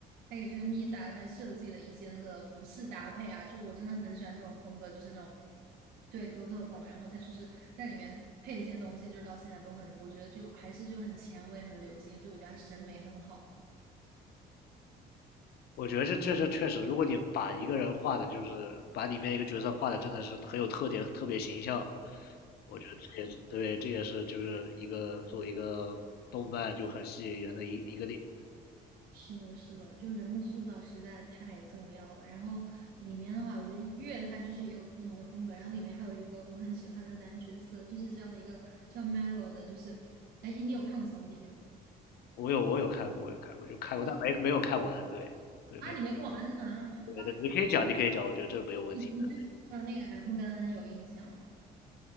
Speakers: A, on the right; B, on the left.
A: 他给这个 Misa 他设计的一些那个服饰搭配啊，就我真的很喜欢这种风格，就是那种对哥特风。然后他就是在里面配了一些东西，就是到现在都很，我觉得就还是就很前卫、很流行，所以我觉得他审美很好。
B: 我觉得这这这确实，如果你把一个人画的，就是把里面一个角色画的，真的是很有特点，特别形象，我觉得这也是对，这也是就是一个作为一个动漫就很吸引人的一一个点。
A: 是的，是的，就人物塑造实在太重要了。然后里面的话，我觉得月它就是有不同的风格，然后里面还有一个我很喜欢的男角色，就是这样一个叫 Melo 的，就是，哎，你有看过《死亡笔记》吗？
B: 我有我有看过，我有看过，就看过，
A: 你
B: 但没没有看完。对对，
A: 啊，
B: 没有
A: 你没跟我安呢？好吧，
B: 对对，你可以讲，你可以讲，我觉得这没有问题的
A: 你你对后面的那个 M 跟 N 有印象吗？